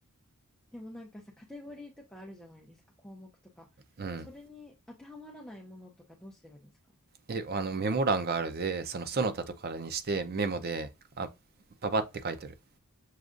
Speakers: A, in the centre; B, on the right.
A: でもなんかさ、カテゴリーとかあるじゃないですか、項目とか。
B: うん。
A: それに当てはまらないものとかどうすればいいんですか
B: え、あの、メモ欄があるで、そのその他とかにしてメモで、あ、パパって書いてる。